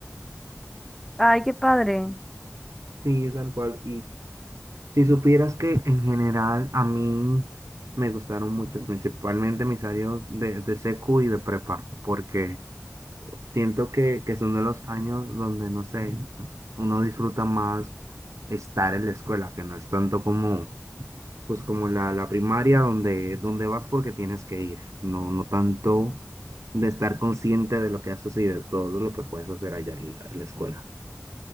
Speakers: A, in the centre; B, on the right.
A: Ay, qué padre.
B: Sí, tal cual. Si supieras que en general a mí me gustaron muchos, principalmente mis años de, de secu y de prepa, porque siento que, que son de los años donde, no sé, uno disfruta más estar en la escuela, que no es tanto como, pues como la, la primaria donde, donde vas porque tienes que ir, no, no tanto de estar consciente de lo que haces y de todo lo que puedes hacer allá en la en la escuela.